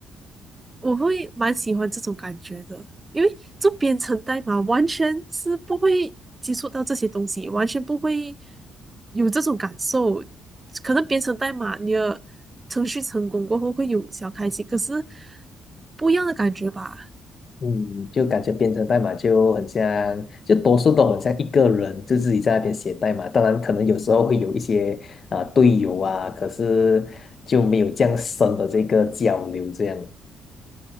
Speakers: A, on the right; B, on the left.
A: 我会蛮喜欢这种感觉的，因为做编程代码完全是不会接触到这些东西，完全不会有这种感受。可能编程代码你的程序成功过后会有小开心，可是不一样的感觉吧？
B: 嗯，就感觉编程代码就很像，就多数都很像一个人，就自己在那边写代码。当然，可能有时候会有一些啊、队友啊，可是就没有这样深的这个交流。这样，